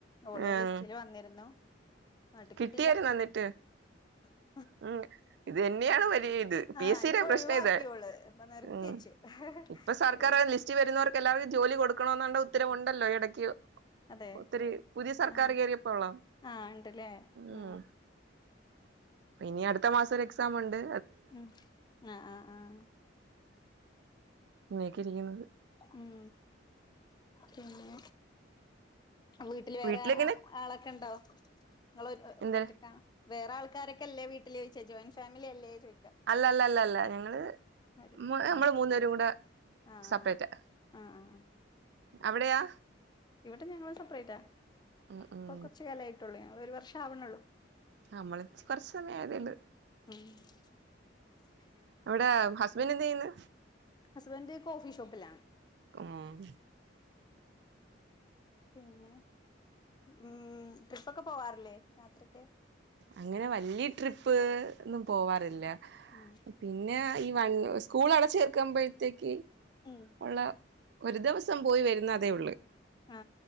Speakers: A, on the left (about 20°); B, on the right (about 60°).
A: ഓള്
B: ആഹ്
A: ലിസ്റ്റില് വന്നിരുന്നു നാട്ട്
B: കിട്ടിയായിരുന്നു
A: കിട്ടീലാ
B: എന്നിട്ട്
A: ആ
B: ഉം ഇതന്നെയാണ് വലിയ ഇത് പി
A: ആഹ്
B: എസ് സി
A: ഇപ്പൊ
B: ടെ പ്രശ്ന
A: ഒഴിവാക്കിയോള്
B: ഇത്
A: ഇപ്പൊ നിർത്തി
B: ഉ
A: വെച്ചു
B: ഇപ്പ സർക്കാർ
A: കൊറേ
B: ലിസ്റ്റി വരുന്നോർക്കെല്ലാർക്കും ജോലി കൊടുക്കണോന്നൊ- ഉത്തരവുണ്ടല്ലോ ഇടയ്ക്ക്
A: അതെ
B: ഒത്തിരി പുതിയ സർക്കാർ
A: ആഹ്
B: കയറിയപ്പോള്ള
A: ആഹ് ഇണ്ടല്ലേ ആ
B: ഉം ഇനി അടുത്ത മാസം ഒരു എക്സാം ഇണ്ട്
A: ഉം ആഹ് ആഹ് ആഹ്
B: ഇങ്ങനക്കെരിക്കണത്
A: ഉം പിന്നേ വീട്ടിൽ വേറെ
B: വീട്ടിലെങ്ങനെ
A: ആളൊക്കെ ഇണ്ടോ നിങ്ങള് ഒ
B: എന്ത
A: ഒറ്റക്കാണോ വേറെ ആൾക്കാരൊക്കെല്ലെ വീട്ടില് ചോച്ചെ ജോയിറ്റ് ഫാമിലി അല്ലേ ചോയ്
B: അല്ലല്ല അല്ല അല്ല ഞങ്ങള്
A: അവര്
B: നമ്മള്
A: ആഹ്
B: മൂന്നേരും കൂടെ-
A: ആഹ്
B: സെപ്പറേറ്റാ
A: അ ആഹ്
B: അവിടെയാ
A: ഇവിടെ ഞങ്ങള് സപ്പറേറ്റാ
B: ഉം ഉം
A: ഇപ്പൊ കുറച്ച് കാലെയിട്ടുള്ളയ ഒരു വർഷാവണേള്ളൂ
B: നമ്മള് കൊറച്ച് സമയായതേള്ളു
A: ഉം <inaudible>
B: അവിടെ ഹസ്ബന്റെന്തെയ്യെന്ന്?
A: ഹസ്ബന്റ് കോഫിഷോപ്പിലാ.
B: ഊം
A: പിന്നെ ഉം ട്രിപ്പൊക്കെ പോവാറില്ലെ? യാത്രക്കെ.
B: അങ്ങനെ വല്ല്യ ട്രിപ്പ് ഒന്നും പോവാറില്ല
A: ആ ഉം
B: പിന്നെ ഈ വൺ സ്കൂൾ അടച്ചേർക്കുമ്പോഴ്ത്തേക്ക്
A: ഉം
B: ഒള്ള ഒരു ദിവസം പോയി വരുന്ന അതേ ഒള്ള്.
A: ആ